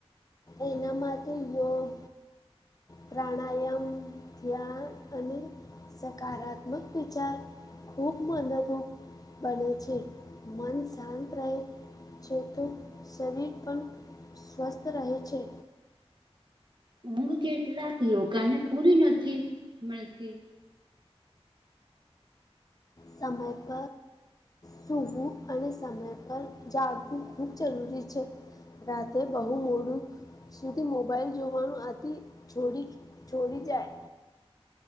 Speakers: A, on the left; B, on the right.
A: એના માટે યોગ પ્રાણાયામ થ્યા અને સકારાત્મક વિચાર ખૂબ મદદ બને છે મન શાંત રહે જે તો શરીર પણ સ્વસ્થ રહે છે
B: ઊંઘ કેટલા લોકોને પૂરી નથી મળતી
A: સમયપ સુવું અને સમય પર જાગવું ખૂબ જરૂરી છે રાતે બહુ મોડું સુધી મોબાઈલ જોવાનું આથી છોડી છોડી જાય